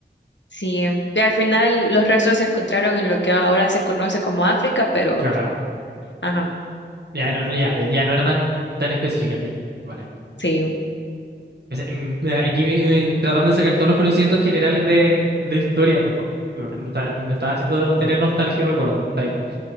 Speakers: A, on the left; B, on the right.
A: sí. Y al final los restos se encontraron en lo que ahora se conoce como África, pero,
B: Claro.
A: ajá,
B: Ya no, ya, ya no era tan, tan específica, ya. Vale.
A: sí,
B: Es- mm, mira, Aquí me- me- tratando de sacar todos los conocimientos generales de, de historia. pues, bueno, Me está, me está haciendo tener nostalgia y recuerdo. Está bien.